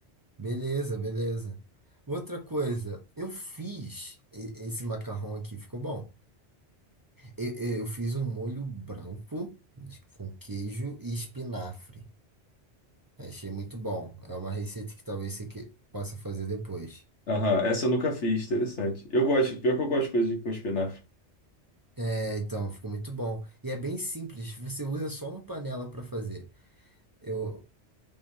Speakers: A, on the right; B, on the left.
A: Beleza, beleza. Outra coisa, eu fiz e- esse macarrão aqui, ficou bom. Eu, eu fiz um molho branco de- com queijo e espinafre. Achei muito bom. É uma receita que talvez você que- possa fazer depois.
B: Aham, essa eu nunca fiz, interessante. Eu gosto, pior que eu gosto de coisa de- com espinafre.
A: É, então, ficou muito bom. E é bem simples, você usa só uma panela para fazer. Eu,